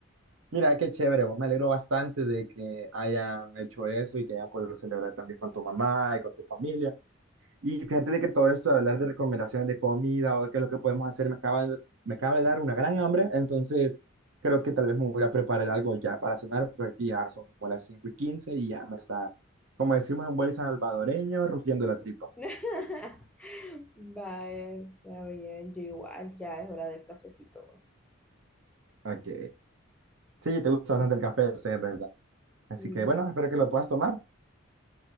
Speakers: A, on the right; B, in the centre.
A: Mira, qué chévere, vos me alegro bastante de que hayan hecho eso y que hayan podido celebrar también con tu mamá y con tu familia. Y fíjate de que todo esto de hablar de recomendaciones de comida o de qué es lo que podemos hacer, me acaba, de- me acaba de dar una gran hambre, entonces creo que tal vez me voy a preparar algo ya para cenar, porque aquí ya son como las 5 y 15 y ya me está, como decimos en buen salvadoreño, rugiendo la tripa.
B: <laughs> Vaya, está bien. Yo igual, ya es hora del cafecito.
A: Ok. Sí, te gusta bastante el café, sé, es verdad. Así
B: Sí,
A: que bueno, espero que lo puedas tomar.